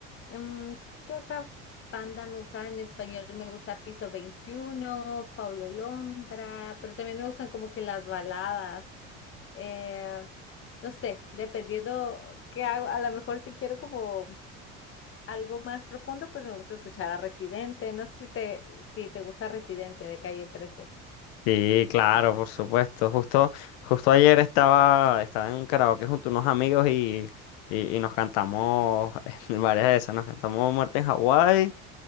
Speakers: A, on the left (about 45°); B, on the left (about 80°).
A: Mm, ¿qué otra banda me gusta en español? Me gusta Piso Veintiuno, Pablo Londra, pero también me gustan como que las baladas. Eh, no sé, dependiendo qué hago, a lo mejor si quiero como algo más profundo, pues me gusta escuchar a Residente. No sé si te, si te gusta Residente de Calle 13.
B: Sí, claro, por supuesto. Justo, justo ayer estaba, estaba en un karaoke junto a unos amigos y, y, y nos cantamos <laughs> varias de esas. Nos cantamos Muerte en Hawái